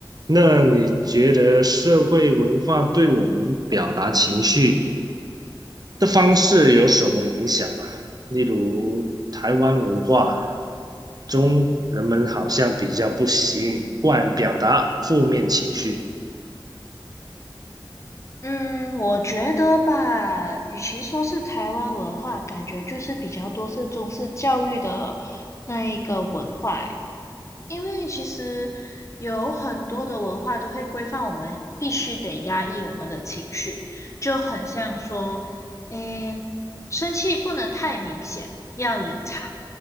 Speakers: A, on the right; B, on the left.
A: 那你觉得社会文化对我们表达情绪？的方式有什么影响啊？例如台湾文化中，人们好像比较不习惯表达负面情绪。
B: 嗯，我觉得吧，与其说是台湾文化，感觉就是比较多是中式教育的那一个文化诶。因为其实有很多的文化都会规范我们必须得压抑我们的情绪，就很像说，嗯，生气不能太明显，要隐藏